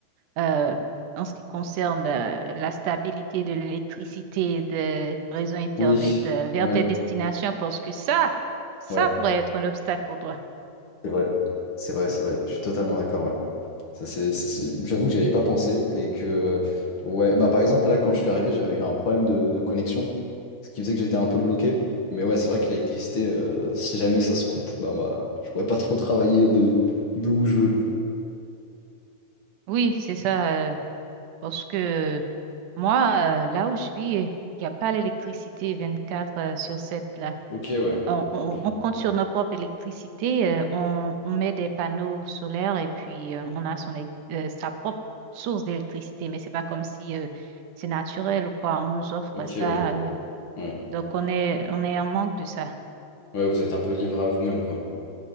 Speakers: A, on the right; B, on the left.
A: euh, en ce qui concerne euh, la stabilité de l'électricité des réseaux Internet
B: Oui,
A: euh, vers
B: oui,
A: tes destinations, parce que ça, ça
B: ouais,
A: pourrait être un obstacle pour toi.
B: c'est vrai. C'est vrai, c'est vrai. Je suis totalement d'accord, ouais. Ça, c'est, c'est- c'est- J'avoue que j'y avais pas pensé et que, ouais, bah par exemple, là, quand je suis arrivé, j'avais eu un problème de, de connexion, ce qui faisait que j'étais un peu bloqué. Mais ouais, c'est vrai que l'électricité, euh, si jamais ça se coupe, bah, bah je pourrais pas trop travailler de d'où je veux.
A: Oui, c'est ça, euh, parce que moi, euh, là où je vis, il n'y a pas l'électricité 24 euh, sur 7 là.
B: Ok, ouais.
A: On, on-
B: Ok,
A: on compte sur notre propre électricité, euh, on, on met des panneaux solaires et puis euh, on a son, éle- euh, sa propre source d'électricité, mais c'est pas comme si euh, c'est naturel ou quoi, on nous offre
B: ok,
A: ça.
B: oui.
A: euh,
B: Ouais.
A: donc on est, on est en manque de ça.
B: Ouais, vous êtes un peu livré à vous-même, quoi.